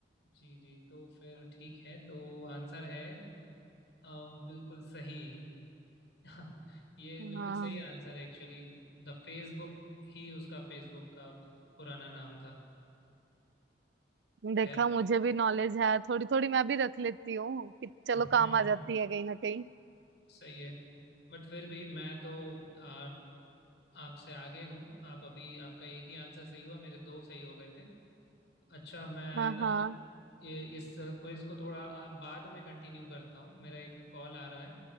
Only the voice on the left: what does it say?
जी जी तो फिर ठीक है तो आंसर है अम, बिल्कुल सही <laughs> ये बिल्कुल
सही आंसर है एक्चुअली द फेसबुक ही उसका फेसबुक का पुराना नाम था
खैर
हम्म
सही है बट फिर भी मैं तो आ, आपसे आगे हूँ आप अभी आपका एक ही आंसर सही हुआ मेरे दो सही हो गए थे अच्छा मैं
ना
ये इस क्विज को थोड़ा आ, बाद में कंटिन्यू करता हूँ मेरा एक कॉल आ रहा है